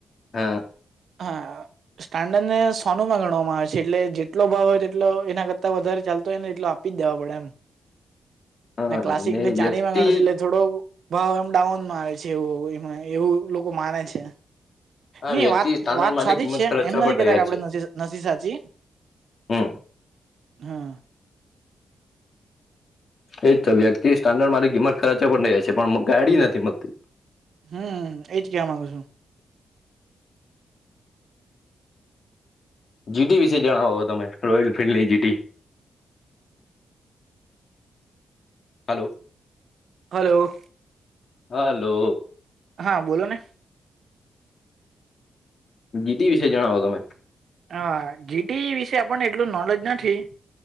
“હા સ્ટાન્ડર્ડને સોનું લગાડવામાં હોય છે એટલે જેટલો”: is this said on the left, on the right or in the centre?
Right